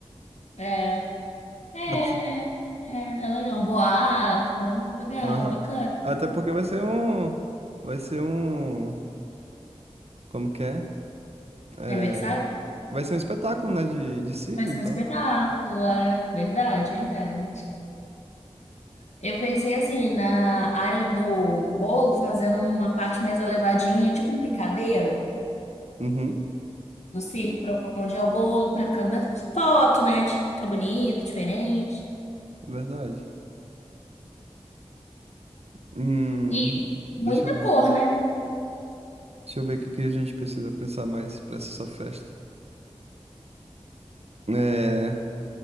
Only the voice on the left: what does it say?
É, é, é,
é, é legal. Boa, legal,
bacana.
Aniversário?
Vai ser
um espetáculo, é verdade, verdade. Eu pensei assim, na área do bolo, fazendo uma parte mais elevadinha, tipo um picadeiro
do circo, pra onde é o bolo, pra cada foto, né? de Ficar bonito, diferente.
E
muita
cor, né?